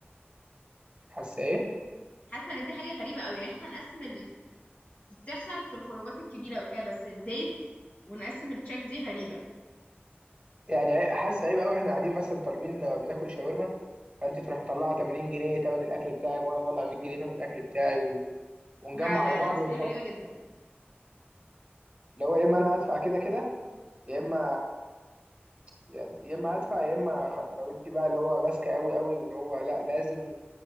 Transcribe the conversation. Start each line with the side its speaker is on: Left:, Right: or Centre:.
Right: حاسه ايه
Left: حاسه ان دي حاجه غريبه قوي يعني احنا نقسم اللي بتحصل في الخروجات الكبيره وكده بس الديت ونقسم التشيك دي غريبه
Right: يعني عي- حاسه عيب قوي احنا قاعدين مثلا طالبين بناكل شاورما فانت تروح مطلعه 80 جنيه تمن الاكل بتاعك وانا اطلع 100 جنيه تمن الاكل بتاعي و... ونجمع
Left: لا لا
Right: على بعض
Left: لا دي
Right: ونحط
Left: حاجه غريبه جدا
Right: اللي هو يا اما انا هدفع كده كده يا اما يعني يا اما هدفع يا اما خ- لو انت بقى اللي هو ماسكه قوي قوي واللي هو لا لازم